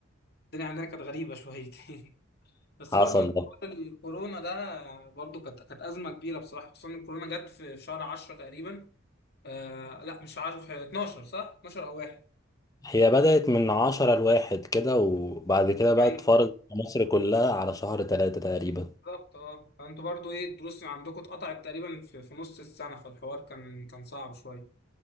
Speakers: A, on the left; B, on the left.
A: الدنيا عندنا كانت غريبة شويتين بس
B: حصل
A: برضو حوار الكورونا ده برضو كانت كانت ازمه كبيره بصراحه خصوصا إن الكورونا جت في في شهر 10 تقريبا آه لا مش 10 في 12 صح 12 او 1
B: هي بدأت من عشرة لواحد كده وبعد كده بقى
A: ايوه
B: اتفرضت في مصر كلها على شهر تلاتة تقريبا
A: بالظبط اه فانتوا برضو ايه الدروس اللي عندكم اتقطعت تقريبا في, في نص السنه فالحوار كان كان صعب شويه